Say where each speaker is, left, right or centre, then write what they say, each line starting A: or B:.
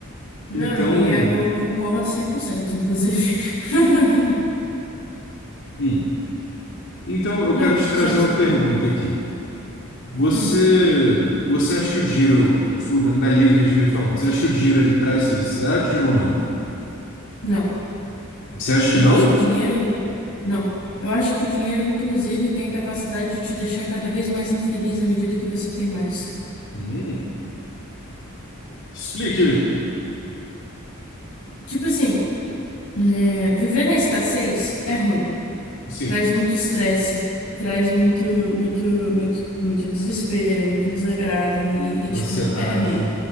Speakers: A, on the left (about 85°); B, on the left (about 60°).
A: Não,
B: Então,
A: e eu concordo 100%, inclusive. <laughs>
B: hum. Então, eu
A: Não,
B: quero te trazer
A: só dizendo
B: uma pergunta
A: que... Ah, tá.
B: aqui. Você,
A: Hum,
B: você acha que o dinheiro, tipo, na na linha do que a gente vem falando, você acha que o dinheiro ele traz felicidade ou não?
A: não,
B: Você acha
A: eu
B: que não?
A: acho que o dinheiro... Não, eu acho que o dinheiro, inclusive, tem a capacidade de te deixar cada vez mais infeliz à medida que você tem mais.
B: Hum. Explique,
A: Tipo assim, é, viver na escassez é ruim.
B: sim,
A: traz muito estresse, traz muito, muito, muito, muito desespero, muito desagrado e, e, tipo,
B: ansiedade.
A: é ruim,